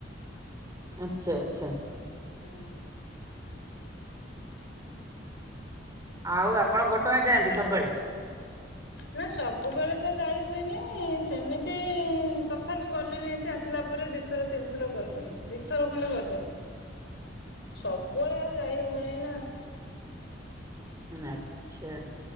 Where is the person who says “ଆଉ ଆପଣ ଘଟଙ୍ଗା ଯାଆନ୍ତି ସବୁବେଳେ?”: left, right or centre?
Right